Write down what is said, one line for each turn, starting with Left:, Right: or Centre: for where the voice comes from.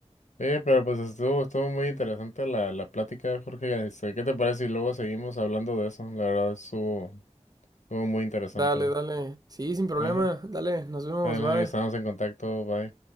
Left: Oye, pero pues estuvo, estuvo muy interesante la, la plática, Jorge. Este, ¿qué te parece? si luego seguimos hablando de eso. La verdad, estuvo, estuvo muy interesante.
Right: Dale, dale. Sí, sin problema.
Left: Vale,
Right: Dale, nos vemos,
Left: vale,
Right: bye.
Left: estamos en contacto. Bye.